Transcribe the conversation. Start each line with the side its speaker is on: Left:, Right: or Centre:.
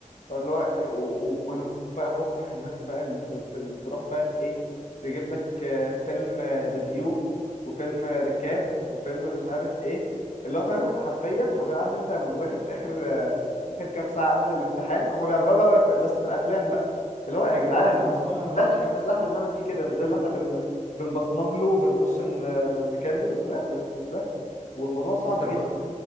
Left: فاللي هو و- و- وانا بقى بكره الناس بقى اللي ت- ت- تروح بقى ت- ايه تجيب لك آه، فيلم ريفيو وفيلم ركاب وفيلم مش عارف ايه اللي هو فاهم انت حرفيا حرفيا عارف انت مذاكرة اخر آه، اخر كام ساعة قبل الامتحان هما بيعملوها بقى بقى في- بس في الافلام بقى اللي هو يا جدعان
Right: لا الموضوع
Left: مش
Right: وحش
Left: ده مش
Right: قوي
Left: ده اللي احنا بنعمل فيه كده مش ده اللي احنا بن بنبصمج له وبنخش ن- ن- نكمل لا مش مش ده والموضوع صعب
Right: هو
Left: جدا